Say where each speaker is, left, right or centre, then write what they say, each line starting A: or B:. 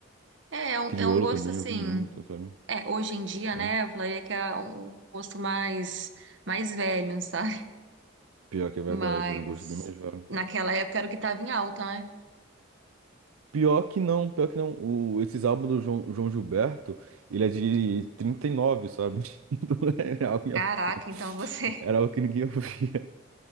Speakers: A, on the right (about 65°); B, on the right (about 90°).
A: É, é um,
B: Criolo
A: é um gosto
B: também,
A: assim.
B: eu ouvi muito, sabe?
A: É, hoje em dia,
B: ah
A: né? Eu falaria que é um gosto mais, mais velho, <laughs> sabe?
B: Pior que é verdade,
A: Mas
B: era um gosto bem mais velho.
A: naquela época era o que tava em alta, né?
B: Pior que não, pior que não. O, esses álbuns do João, João Gilberto, ele é de trinta e nove sabe? <laughs> Então não é algo em
A: Caraca,
B: alto, não.
A: então você.
B: Era algo que ninguém <laughs> ouvia.